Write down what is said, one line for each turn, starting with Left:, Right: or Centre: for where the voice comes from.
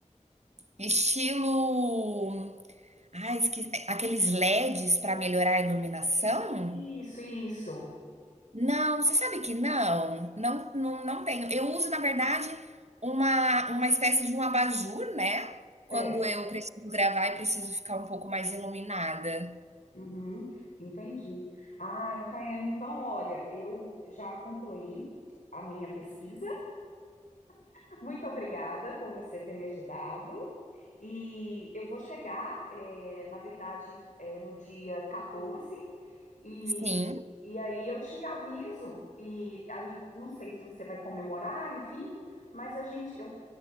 Right: Estilo. Ah, esque... Aqueles LEDs para melhorar a iluminação?
Left: Isso, isso.
Right: Não, você sabe que não, não, não, não tenho. Eu uso, na verdade, uma, uma espécie de um abajur, né? Quando
Left: É.
Right: eu preciso gravar e preciso ficar um pouco mais iluminada.
Left: Uhum, entendi. Ah, Rayane, então, olha, eu já concluí a minha pesquisa. <laughs> Muito obrigada por você ter me ajudado. E eu vou chegar, eh, na verdade, eh, no dia 14, e,
Right: Sim,
Left: e aí eu te aviso. E aí, não sei se você vai comemorar, enfim, mas a gente, eu